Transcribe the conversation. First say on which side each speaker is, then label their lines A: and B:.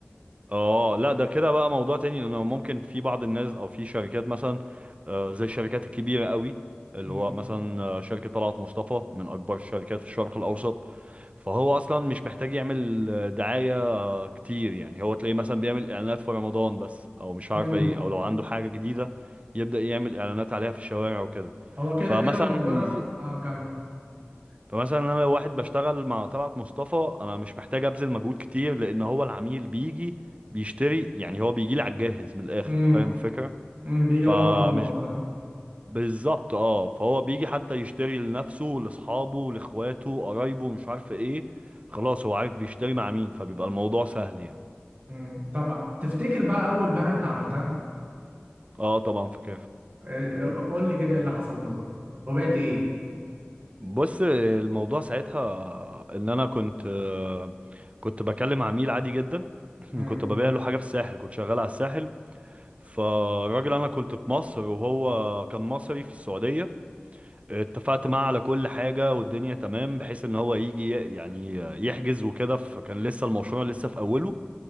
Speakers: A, on the right (about 30°); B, on the right (about 50°).
A: اه لا ده كده بقى موضوع تاني لانه ممكن في بعض الناس او في شركات مثلا آه، زي الشركات الكبيره قوي اللي
B: <laughs>
A: هو مثلا آه، شركه طلعت مصطفى من اكبر الشركات في الشرق الاوسط فهو اصلا مش محتاج يعمل آه، دعايه آه، كتير يعني هو تلاقيه مثلا بيعمل اعلانات في رمضان بس او مش عارف
B: امم
A: ايه او لو عنده حاجه جديده يبدا يعمل اعلانات عليها في الشوارع وكده
B: هو كده
A: فمثلا
B: كده بمجرد اه كمل
A: فمثلا انا لو واحد بشتغل مع طلعت مصطفى انا مش محتاج ابذل مجهود كتير لان هو العميل بيجي بيشتري يعني هو بيجي لي على الجاهز من الاخر
B: امم
A: فاهم الفكره
B: أمم، بيجي
A: فمش
B: وهو مغمض <laughs>
A: بالظبط اه فهو بيجي حتى يشتري لنفسه لاصحابه لاخواته قرايبه مش عارف ايه خلاص هو عارف بيشتري مع مين فبيبقى الموضوع سهل يعني
B: امم طب تفتكر بقى اول بيعه انت عملتها
A: اه طبعا فاكر
B: إيه- إيه- قول لي كده ايه اللي حصل بالظبط وبعت ايه
A: بص الموضوع ساعتها ان انا كنت آه، كنت بكلم عميل عادي جدا <clears throat>
B: امم
A: كنت ببيع له حاجه في الساحل كنت شغال على الساحل فالراجل انا كنت في مصر وهو كان مصري في السعودية اتفقت معاه على كل حاجة والدنيا تمام بحيث ان هو يجي ي- يعني يحجز وكده فكان لسه المشروع لسه في اوله